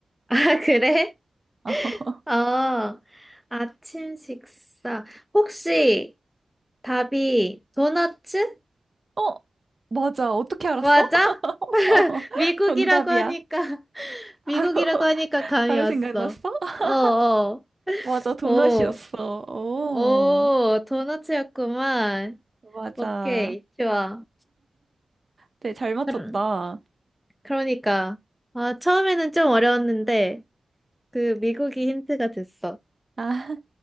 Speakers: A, in the centre; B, on the right.
A: 아, 그래?
B: <laughs>
A: 어, 아침 식사. 혹시 답이 도너츠?
B: 어, 맞아. 어떻게 알았어?
A: 맞아?
B: <laughs> 어,
A: 미국이라고
B: 정답이야.
A: 하니까, <laughs>
B: 바로,
A: 미국이라고
B: <laughs>
A: 하니까 감이
B: 바로
A: 왔어.
B: 생각났어? <laughs>
A: 어, 어,
B: 맞아. 도넛이었어.
A: 어,
B: 오,
A: 어, 도너츠였구만.
B: 맞아.
A: 오케이, 좋아.
B: 되게 잘 맞췄다.
A: 그러, 그러니까. 아, 처음에는 좀 어려웠는데, 그 미국이 힌트가 됐어.
B: 아,